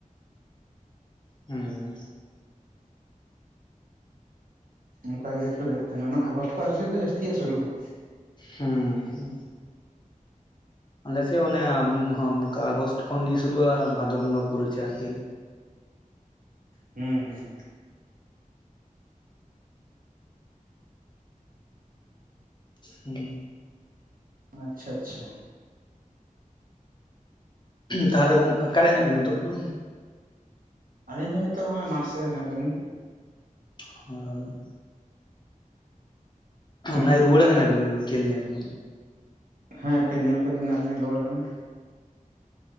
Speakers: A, on the left (about 35°); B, on the right (about 75°).
A: ᱦᱩᱸ᱾
B: ᱚᱱᱠᱟ ᱜᱮ ᱠᱷᱮᱞ ᱦᱳᱭᱳᱜ ᱛᱟᱦᱮᱱᱟ ᱚᱱᱟ ᱟᱜᱚᱥᱴ ᱠᱷᱚᱡ ᱟᱞᱮ ᱥᱮᱫ ᱫᱚ ᱡᱟᱹᱥᱛᱤ ᱦᱟᱸᱜ ᱥᱩᱨᱩᱜ-ᱟ᱾
A: ᱦᱩᱸ ᱦᱩᱸ᱾ ᱟᱞᱮ ᱥᱮᱫ ᱚᱱᱟ ᱦᱚᱢ ᱠᱟ ᱟᱜᱚᱥᱴ ᱠᱷᱚᱱ ᱜᱮ ᱥᱩᱨᱩᱜᱼᱟ ᱵᱷᱟᱫᱚᱨ ᱵᱚᱸᱜᱟ ᱯᱩᱨᱟᱹ ᱪᱟᱜ-ᱟ ᱠᱷᱮᱞ᱾
B: ᱦᱩᱸ ᱦᱩᱸ᱾
A: ᱦᱩᱸ᱾
B: ᱟᱪᱪᱷᱟ ᱟᱪᱪᱷᱟ᱾
A: ᱦᱩᱸᱧ ᱛᱟᱦᱚᱞᱮ ᱜᱚᱝ ᱚᱠᱟᱨᱮ ᱦᱮᱱᱟᱜ ᱵᱤᱱᱟ ᱦᱤᱛᱳᱜ ᱫᱚ?
B: ᱟᱹᱞᱤᱧ ᱫᱚ ᱱᱤᱛᱚᱜ ᱦᱚᱜ-ᱚᱭ ᱢᱟᱴᱥᱮᱫ ᱨᱮ ᱦᱮᱱᱟᱜ ᱟᱠᱟᱫ ᱞᱤᱧᱟ᱾
A: ᱦᱳᱭ ᱾
B: ᱦᱮᱸ
A: ᱚᱱᱟ‌ ᱜᱮ ᱨᱩᱣᱟᱹᱲ ᱠᱟᱱᱟ ᱵᱤᱱ ᱠᱷᱮᱞ ᱧᱮᱞ ᱠᱷᱚᱱ
B: ᱦᱮᱸ ᱠᱷᱮᱹᱞ ᱧᱮᱞ ᱠᱷᱚᱡ ᱫᱚ ᱮᱱᱟᱝ ᱨᱮ ᱞᱤᱧ ᱨᱩᱣᱟᱹᱲ ᱠᱟᱱᱟ᱾